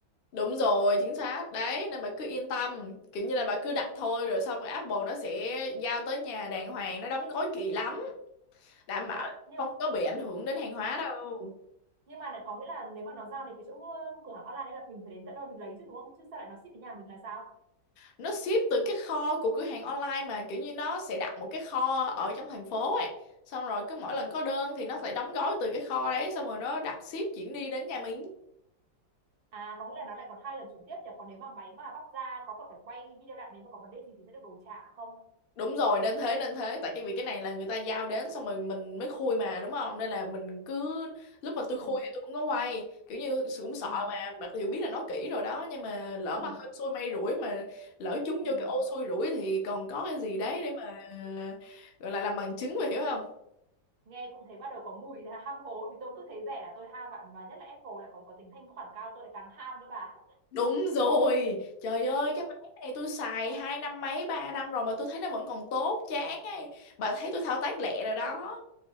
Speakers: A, on the left (about 65°); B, on the right (about 60°).
A: đúng rồi chính xác đấy nên bà cứ yên tâm kiểu như là bà cứ đặt thôi rồi xong rồi Apple nó sẽ giao tới nhà đàng hoàng nó đóng gói kỹ lắm đảm
B: thế
A: bảo
B: á nhưng
A: không có bị ảnh hưởng đến hàng hóa đâu
B: nhưng mà lại có nghĩa là nếu mà nó giao đến cái chỗ ờ, cửa hàng online đấy là mình phải đến tận nơi mình lấy chứ đúng không chứ sao lại nó ship đến nhà mình là sao
A: nó ship từ cái kho của cửa hàng online mà kiểu như nó sẽ đặt một cái kho ở trong thành phố ấy xong rồi cứ mỗi lần có đơn thì nó phải đóng gói từ cái kho đấy xong rồi nó đặt ship chuyển đi đến nhà mình
B: à có nghĩa là nó lại còn hai lần chuyển tiếp nhỉ còn nếu mà máy mà bóc ra có còn phải quay video lại nếu mà có vấn đề gì thì sẽ được đổi trả không
A: đúng rồi nên thế nên thế tại cái vì cái này là người ta giao đến xong rồi mình mới khui mà đúng không nên là mình cứ lúc mà
B: ừ
A: tôi khui thì tôi cũng có quay kiểu như sự cũng
B: ừ
A: sợ mà mặc dù biết là nó kỹ rồi đó nhưng mà lỡ
B: ừ
A: mà hên xui may rủi mà lỡ trúng
B: ừ ừ.
A: vô cái ô xui rủi thì còn có cái gì đấy để mà gọi là làm bằng chứng mà hiểu không
B: nghe cũng thấy bắt đầu có mùi là ham hố vì tôi cứ thấy rẻ là tôi ham bạn và nhất là Apple lại còn có tính thanh khoản cao tôi lại càng ham nữa bà
A: đúng rồi trời ơi cái máy này tôi xài hai năm mấy ba năm rồi mà tôi thấy nó vẫn còn tốt chán ấy bà thấy tôi thao tác lẹ rồi đó